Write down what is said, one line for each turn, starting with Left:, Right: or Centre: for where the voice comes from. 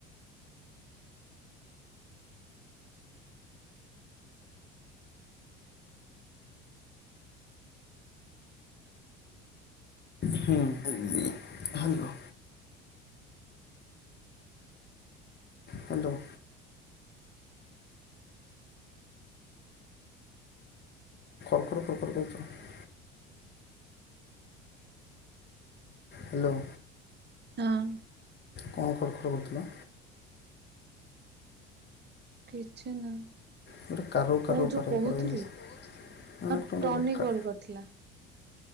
Left: ହୁଁ। ହାଲୋ। ହ୍ୟାଲୋ। ତାପରେ କୋଉ ପଟେ ଯାଇଛ। ହ୍ୟାଲୋ।
Right: ହଁ।
Left: କଣ ଖଡ଼ ଖଡ଼ କରୁଥିଲ?
Right: କିଛି ନାଇଁ।
Left: ଗୋଟେ କାରଉ କାରଉ
Right: ଓ ଯୋଉ
Left: କାରଉ
Right: କହୁଥିଲି
Left: କାରଉ ଏମିତି ମାନେ
Right: ଆ
Left: କଣ
Right: ଟନି
Left: ଗୋଟେ
Right: ଗୋଲ କରିଥିଲା।